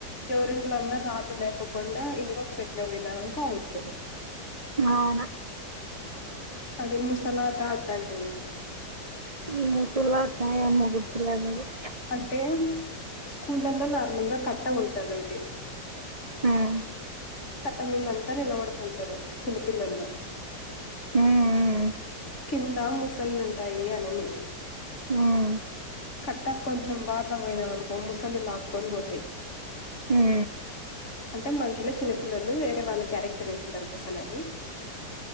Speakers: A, on the left (about 40°); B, on the right (about 30°).
A: ఎవరింట్లో అన్న రాళ్ళు లేకపో కుండా ఇంకొక పెట్లోకి పోయిననుకో అవుట్
B: అవునా
A: అది ముసలాట ఆడతాంటీమీ.
B: <unintelligible> ఏమో గుర్తులేదు. అది
A: అంటే స్కూలలో నార్మల్ గా కట్ట ఉంటది ఒకటి
B: హ్మ్
A: కట్ట మీంద అంతా నిలబడుకుంటారు చిన్న పిల్లలు
B: హ్మ్ మ్మ్
A: కింద ముసళ్లుంటాయి అనని.
B: ఉమ్,
A: కట్టకి కొంచెం వారన పోయినా అనుకో ముసళ్ళ లాక్కొని పోతాయి.
B: ఉమ్,
A: అంటే మనుషులే చిన్న పిల్లలు వేరే వాళ్ళ క్యారెక్టర్ వేసింటారు ముసలని.